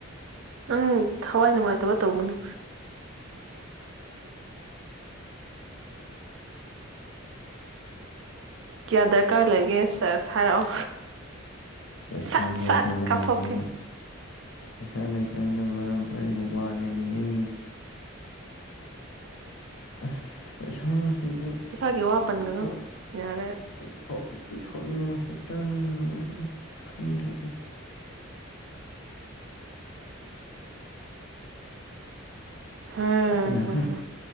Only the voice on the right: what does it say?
ꯅꯪ ꯊꯋꯥꯏ ꯅꯨꯡꯉꯥꯏꯇꯕ ꯇꯧꯒꯅꯨ ꯀꯌꯥ ꯗꯔꯀꯥꯔ ꯂꯩꯒꯦꯁꯦꯁ ꯍꯥꯏꯔꯛꯑꯣ
ꯁꯠ ꯁꯠ ꯀꯥꯞꯊꯣꯛꯀꯦ
ꯄꯩꯁꯥꯒꯤ ꯋꯥ ꯄꯟꯒꯅꯨ
ꯌꯥꯔꯦ
ꯍꯥ
ꯍꯥ ꯍꯥ